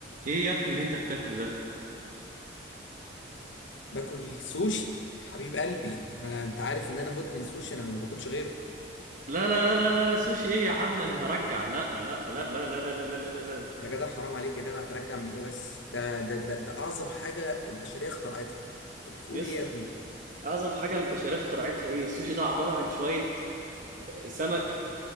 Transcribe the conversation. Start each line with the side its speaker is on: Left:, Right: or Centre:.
Right: ايه يا ابني اللي انت بتاكله ده
Left: باكل سوشي حبيب قلبي انا انت عارف ان انا مدمن سوشي انا ما باكلش غيره
Right: لا لا لا لا لا لا سوشي ايه يا عم انا هرجع لا لا لا لا لا لا لا لا لا لا لا
Left: يا جدع حرام عليك يا جدع ترجع من ايه بس ده ده ده, ده اعظم حاجه البشريه اخترعتها انت بتقول
Right: يا اسطى
Left: ايه يا ابني
Right: اعظم حاجه البشريه اخترعتها ايه السوشي ده عباره عن شويه سمك